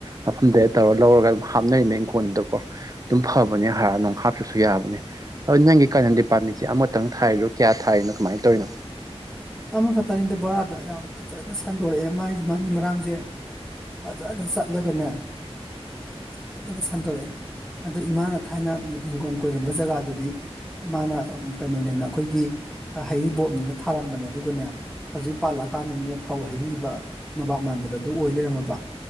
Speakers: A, on the right; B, in the centre.
A: ꯃꯐꯝꯗꯩ ꯇꯧꯔ ꯂꯧꯔꯒ ꯑꯗꯨꯝ ꯍꯥꯞꯅꯔꯤꯅꯦꯡ ꯏꯪꯈꯣꯟꯗꯀꯣ ꯑꯗꯨꯝ ꯐꯕꯅꯦ ꯍꯥꯔ ꯅꯨꯡ ꯍꯥꯞ ꯇ꯭ꯔꯨꯁꯨ ꯌꯥꯕꯅꯦ ꯑꯗꯣ ꯅꯪꯒꯤ ꯀꯅꯟꯗꯤ ꯄꯥꯟꯕꯤꯁꯦ ꯑꯃꯇꯪ ꯊꯥꯏꯔꯤꯔꯣ ꯀ꯭ꯌꯥ ꯊꯥꯔꯤꯅꯣ ꯀꯃꯥꯏꯟ ꯇꯧꯔꯤꯅꯣ?
B: ꯑꯃꯈꯛꯇꯅꯤꯗ ꯕꯣꯔꯥꯗ ꯌꯥꯝ ꯐꯖꯥꯅ ꯁꯟꯗꯣꯔꯛꯑꯦ ꯃꯥꯏ ꯃꯔꯤ ꯃꯔꯥꯡꯁꯦ ꯐꯖꯥꯅ ꯆꯠꯂꯒꯅꯦ ꯐꯖꯥꯅ ꯁꯟꯗꯣꯔꯛꯑꯦ ꯑꯗꯥ ꯏꯃꯥꯅ ꯊꯥꯏꯅ ꯍꯤꯡꯒꯣꯜ ꯀꯣꯏꯔꯝꯕ ꯖꯒꯥꯗꯨꯗꯤ ꯃꯥꯅ ꯑꯥ ꯀꯩꯅꯣꯅꯦꯅ ꯑꯩꯈꯣꯏꯒꯤ ꯍꯩꯔꯤꯕꯣꯞꯅꯤꯅ ꯊꯥꯔꯝꯕꯅꯦꯞ ꯑꯗꯨꯒꯅꯦ ꯍꯧꯖꯤꯛ ꯄꯥꯜꯂꯛꯑꯀꯥꯟꯗꯅꯦ ꯐꯧ ꯍꯩꯔꯤꯕ ꯅꯕꯥꯞ ꯃꯥꯟꯕꯗꯣ ꯑꯗꯨ ꯑꯣꯏ ꯂꯩꯔꯝꯃꯕ